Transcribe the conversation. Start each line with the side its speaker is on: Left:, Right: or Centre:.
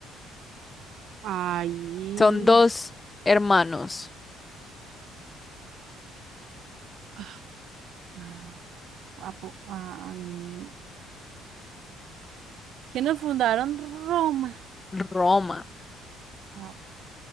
Right: Ahí.
Left: Son dos hermanos.
Right: Ah, ah, guapo. ah, mm. ¿Quiénes fundaron Roma?
Left: Roma.
Right: Ah,